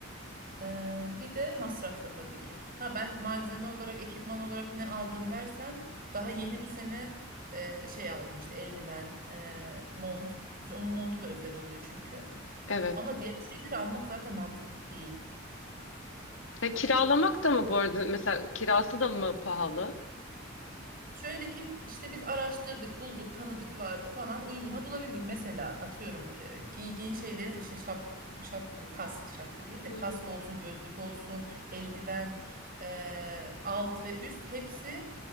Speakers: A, on the right; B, on the left.
A: Ee, bir de masraflı tabii ki. Ha ben malzeme olarak, ekipman olarak ne aldın dersen daha yeni bu sene e, şey aldım işte eldiven, e, mont. İşte onun montu da özel oluyor çünkü.
B: Evet.
A: Ama diğer şeyleri almak zaten mantıklı değil.
B: E, kiralamak da mı bu arada? Mesela kirası da mı pahalı?
A: Şöyle ki işte biz araştırdık, bulduk, tanıdık vardı falan uyguna bulabildik. Mesela atıyorum e, giydiğin şeylerin işte şap, şap, kask, şapka değil de
B: Hı
A: kask
B: hı.
A: olsun, gözlük olsun, eldiven, e, alt ve üst hepsi